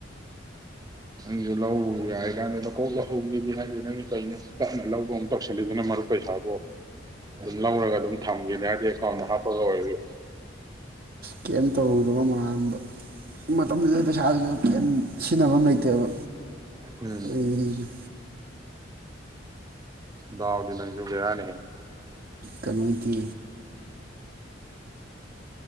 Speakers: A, on the right (about 20°); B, on the right (about 50°).
A: ꯅꯪꯁꯨ ꯂꯧ ꯌꯥꯏ ꯀꯥꯟꯗ ꯂꯧꯍꯧ ꯂꯧꯍꯧꯒꯦꯗꯤ ꯍꯥꯏꯗꯦ ꯅꯪ ꯀꯩꯅꯣ ꯇꯞꯅ ꯂꯧꯕ ꯑꯃꯨ ꯇꯧꯁꯤꯜꯂꯤꯗꯨꯅ ꯃꯔꯨꯞ ꯄꯩꯁꯥꯗꯣ ꯑꯗꯨꯝ ꯂꯧꯔꯒ ꯑꯗꯨꯝ ꯊꯝꯒꯦꯗꯤ ꯍꯥꯏꯗꯤ ꯑꯦꯀꯥꯎꯟꯗ ꯍꯥꯞꯄꯒ ꯑꯣꯏꯖꯨ
B: ꯀꯦꯝ ꯇꯧꯔꯣꯏꯗꯕ ꯃꯟꯕ ꯃꯇꯝꯗꯨꯗ ꯄꯩꯁꯥꯖꯨ ꯁꯤꯖꯤꯟꯅꯕꯝ ꯂꯩꯇꯦꯕ
A: ꯎꯝ
B: ꯑꯩ
A: ꯗꯥꯎꯗꯤ ꯅꯪꯖꯨ ꯕꯦꯔꯅꯤꯍꯦ
B: ꯀꯩꯅꯣꯒꯤ